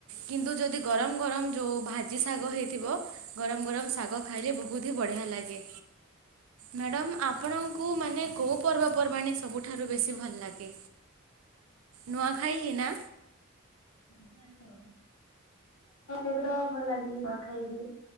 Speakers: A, on the right; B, on the left.
A: କିନ୍ତୁ ଯଦି ଯୋଉ ଗରମ ଗରମ ଯ ଭାଜି ଶାଗ ହେଇଥିବ ଗରମ ଗରମ ଶାଗ ଖାଇଲେ ବହୁତ ହି ବଢ଼ିଆ ଲାଗେ ମ୍ୟାଡ଼ମ୍ ଆପଣ କୁ ମାନେ କୋଉ ପର୍ବପର୍ବାଣୀ ସବୁ ଠାରୁ ବେଶୀ ଭଲ ଲାଗେ ନୂଆଖାଇ ହିଁ ନା
B: ନୂଆ ଖାଇତ <unintelligible> ନୂଆ ଖାଇବି